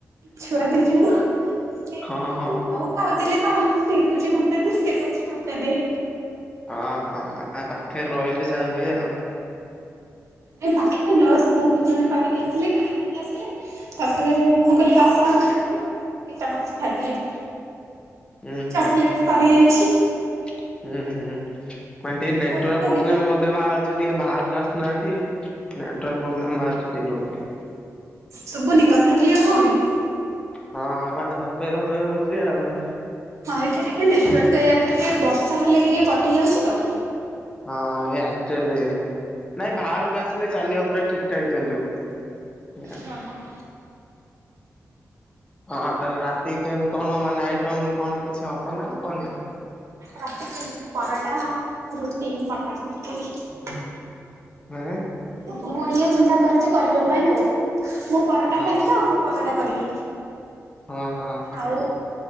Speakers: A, on the right (about 65°); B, on the left (about 20°).
A: ଛୁଆ ଦି ଜଣ ସେ
B: ହଁ ହଁ
A: ତୁ କହୁ କହୁଥିଲି ତ କ ସିଏ କହୁଛି ମୋତେ ଦେ, ସେ କହୁଛି ମୋତେ ଦେ।
B: ଓ ହଁ ନା ପାଖରେ ରହିଲେ ଯା ହୁଏ ଆଉ।
A: ଏ ପାଖରେ ଜଷ୍ ମୋ ପିଜୁଳି ପାରିକି ଆସିଲି, ଖାଇ ଦେଇକି ଆସିଲେ। ତାପରେ ମୁଁ କହିଲି ଆଉ କଣ ଖାଇବି ଆଉ ମହୁ ଦି ଚାମଚ ଖାଇଦିଏ।
B: ଉଁ,
A: ଚକୋଲେଟ
B: ହୁଁ,
A: ସରିଯାଇଛି
B: ଉଁ, ହୁଁ। ମାନେ ଟିକେ ନେଟୱାର୍କ
A: ମୁଁ ଦେଖା
B: ପ୍ରୋବ୍ଲେମ୍
A: ଦେଖି
B: ବୋଧେ ବାହା ଚି ଟିକେ ବାହାରକୁ ଆସିୁନାହାନ୍ତି। ନେଟୱାର୍କ ପ୍ରୋବ୍ଲେମ୍ ବାହାରୁଚୁ ଟିକେ ବୋଧେ।
A: ଶୁଭୁନି କଥା କ୍ଲିୟର୍ ହଉନି?
B: ହଁ ମାନେ ଧପେଇ ଧପେଇ ହଉଚି ଆଉ।
A: ହଁ ଏଠି ଟିକେ ନେଟୱାର୍କ ଏ ଆକ୍ଚୁଲି ବର୍ଷା ହେଲେ ଟିକେ କଟିଯାଉଛି ତ।
B: ହଁ ହେ ଆକ୍ଚଲି ନାଇଁ ବାହାରକୁ ଆସିଲେ ଚାଲିବ ପୁରା ଠିକ ଠାକ ଚାଲିବ। <unintelligible>
A: ହଁ ହଁ।
B: ହଁ ତାହେଲେ ରାତିକି କେମତି କଣ ମାନେ ନାଇଟ୍ ର ମୁଁ କଣ କିଛି ହବ ନା ହବନି?
A: ରାତିକି ପରଟା, ରୁଟି, ମଟର ତରକାରୀ।
B: <unintelligible>
A: ମୁଁ ଏଇଆ ଚିନ୍ତା କରିଛି କରିବା ପାଇଁ ଆଉ ମୁଁ ପରଟା
B: ହଁ
A: ଖାଇବି ତ ମୁଁ ପରଟା କରିବି,
B: ହଁ ହଁ
A: ଆଉ